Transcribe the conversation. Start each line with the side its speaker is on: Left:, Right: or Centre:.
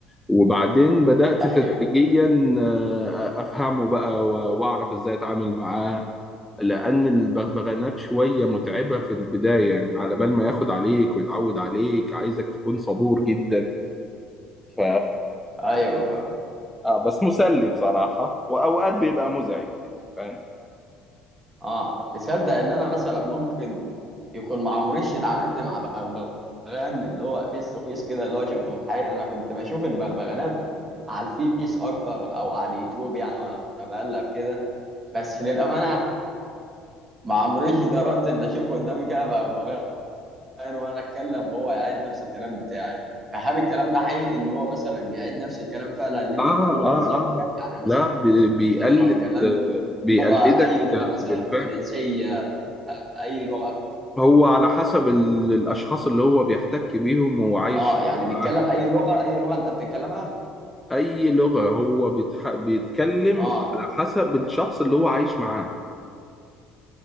Centre: وبعدين بدأت
Right: ايوه
Centre: تدريجيا آه، أفهمه بقى و- وأعرف إزاي أتعامل معاه لأن البغبغانات شوية متعبة في البداية يعني على بال ما ياخد عليك ويتعود عليك عايزك تكون صبور جدا ف
Right: ايوه
Centre: آه بس مسلي بصراحة وأوقات بيبقى مزعج فاهم
Right: اه تصدق ان انا مثلا ممكن يكون ما عمريش اتعاملت مع بغبغان اللي هو فيس تو فيس كده اللي هو شفته في الحقيقه انا كنت بشوف البغبغانات على الفيس اكتر او على اليوتيوب يعني وانا بقلب كده بس للامانه ما عمريش جربت ان اشوف قدامي كده بغبغان وانا اتكلم وهو يعيد نفس الكلام بتاعي فهل الكلام ده حقيقي ان هو مثلا بيعيد نفس الكلام فعلا اللي انت
Centre: آه
Right: بتقوله
Centre: آه
Right: بالظبط
Centre: آه
Right: يعني
Centre: لا
Right: مثلا
Centre: بي- بيقلد
Right: لو اتكلمت
Centre: آه، بيقلدك
Right: لغه اي لغه
Centre: آه،
Right: مثلا
Centre: بالفعل
Right: فرنسيه اي لغه
Centre: هو على حسب ال- الأشخاص اللي هو بيحتك بيهم وهو عايش
Right: اه يعني بيتكلم
Centre: معاهم
Right: اي لغه اي لغه انت بتتكلمها
Centre: أي لغة هو بيتح... بيتكلم
Right: اه
Centre: على حسب الشخص اللي هو عايش معاه